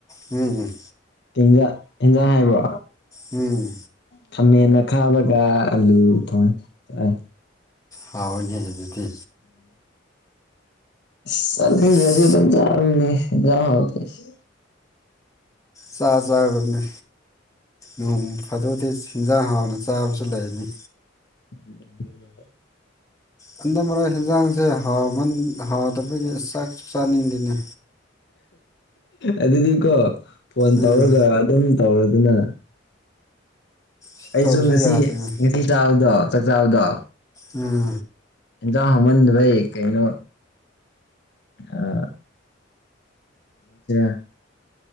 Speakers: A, on the left (about 20°); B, on the left (about 60°).
A: UNINTELLIGIBLE
B: ꯀꯧꯏꯟꯖꯥꯡ ꯏꯟꯖꯥꯡ ꯍꯥꯏꯕ꯭ꯔꯣ
A: ꯎꯪ
B: ꯈꯥꯃꯦꯟ ꯑꯈꯥꯕꯒ ꯑꯂꯨ ꯊꯣꯡꯏ ꯑꯥ
A: ꯍꯥꯎꯏꯅꯦ ꯍꯧꯖꯤꯛꯇꯤ
B: ꯆꯠꯅꯤꯡꯗꯔ꯭ꯦꯗꯥ
A: ꯑꯩꯁ
B: ꯏꯟꯗꯣꯝꯆꯥ ꯐꯝꯃꯤ ꯏꯟꯖꯥꯡ ꯍꯥꯎꯇꯦꯁꯤ
A: ꯆꯥꯆꯥꯒꯗꯕꯅꯤ ꯅꯣꯡ ꯐꯥꯗꯣꯛꯇꯤ ꯍꯦꯟꯖꯥꯡ ꯍꯥꯎꯅ ꯆꯥꯕꯖꯨ ꯂꯩꯕꯅꯤ
B: INAUDIBLE
A: ꯍꯟꯗꯛ ꯃꯔꯛ ꯍꯟꯖꯥꯡꯖꯦ ꯍꯥꯎꯃꯟ ꯍꯥꯎꯗꯕꯒꯤ ꯆꯥꯛꯁꯨ ꯆꯥꯅꯤꯡꯗꯦꯅꯦ
B: ꯑꯗꯨꯗꯤꯀꯣ ꯐꯣꯟ
A: ꯎꯝ
B: ꯇꯧꯔꯒ ꯑꯗꯨꯝ ꯇꯧꯔꯗꯅ
A: ꯁꯤ
B: ꯑꯩꯁꯨ
A: ꯇꯧꯔꯁꯨ
B: ꯉꯁꯤ
A: ꯌꯥꯗꯦꯅꯦ
B: ꯉꯁꯤ ꯆꯥꯕꯗꯣ ꯆꯥꯛ ꯆꯥꯕꯗꯣ
A: ꯎꯝ
B: ꯌꯦꯟꯖꯥꯡ ꯍꯧꯃꯟꯗꯕꯩ ꯀꯩꯅꯣ ꯑꯥ <unintelligible>